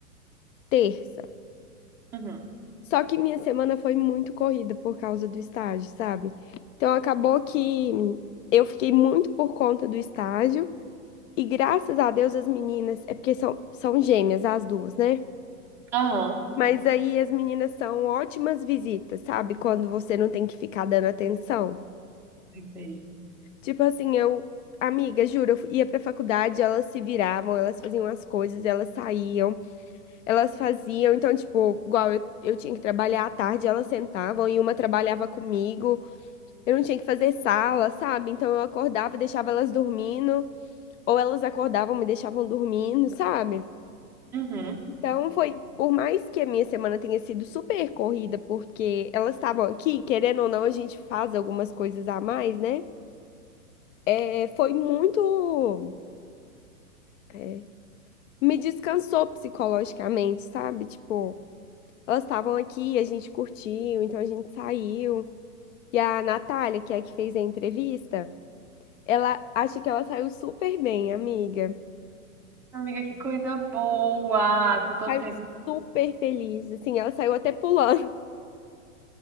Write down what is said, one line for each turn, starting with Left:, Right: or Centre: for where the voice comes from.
Left: terça.
Centre: Uhum.
Left: Só que minha semana foi muito corrida por causa do estágio, sabe? Então acabou que eu fiquei muito por conta do estágio. E graças a Deus as meninas, é porque são, são gêmeas as duas, né?
Centre: Aham.
Left: Mas aí as meninas são ótimas visitas, sabe? Quando você não tem que ficar dando atenção.
Centre: Lembrei.
Left: Tipo assim, eu, amiga, juro, eu fu- ia pra faculdade, elas se viravam, elas faziam as coisas, elas saíam. Elas faziam, então, tipo, igual eu, eu tinha que trabalhar à tarde, elas sentavam e uma trabalhava comigo. Eu não tinha que fazer sala, sabe? Então eu acordava, e deixava elas dormindo, ou elas acordavam, e me deixavam dormindo, sabe?
Centre: Uhum.
Left: Então foi, por mais que a minha semana tenha sido super corrida, porque elas estavam aqui, querendo ou não, a gente faz algumas coisas a mais, né? É, foi muito. é, me descansou psicologicamente, sabe? Tipo. Elas estavam aqui, a gente curtiu, então a gente saiu. E a Natália, que é a que fez a entrevista, ela acha que ela saiu super bem, amiga.
Centre: Amiga, que coisa boa. Tô torcendo.
Left: Saiu super feliz, assim, ela saiu até pulando.